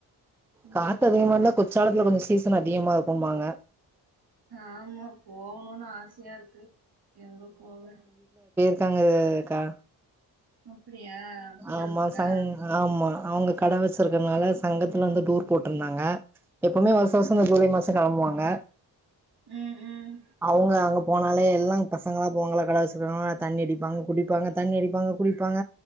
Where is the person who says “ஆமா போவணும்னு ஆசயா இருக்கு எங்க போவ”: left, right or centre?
Right